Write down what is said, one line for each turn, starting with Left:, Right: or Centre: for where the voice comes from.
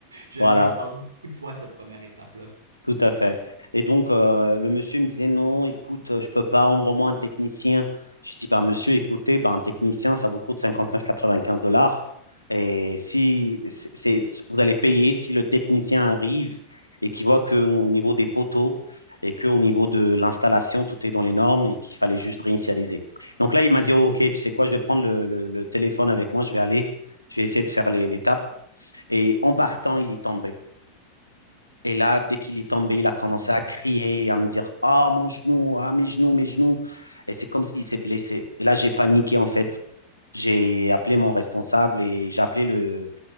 Right: Je
Left: Voilà.
Right: l'ai entendu beaucoup de fois, cette première étape-là.
Left: Tout à fait. Et donc, euh, le monsieur me disait, non, écoute, euh, je peux pas, envoie-moi un technicien. Je dis, ben, monsieur, écoutez, ben, un technicien, ça vous coûte cinquante-neuf virgule quatre-vingt-quinze dollars. Et si c'est, c'est- vous allez payer, si le technicien arrive et qu'il voit qu'au niveau des poteaux et qu'au niveau de l'installation, tout est dans les normes et qu'il fallait juste réinitialiser. Donc là, il m'a dit, oh, OK, tu sais quoi, je vais prendre le, le- le téléphone avec moi, je vais aller, je vais essayer de faire les- l'étape. Et en partant, il est tombé. Et là, dès qu'il est tombé, il a commencé
Right: Oh non.
Left: à crier, à me dire Ah, mon genou, ah, mes genoux, mes genoux. Et c'est comme s'il s'est blessé. Et là, j'ai paniqué, en fait. J'ai appelé mon responsable et j'ai appelé le,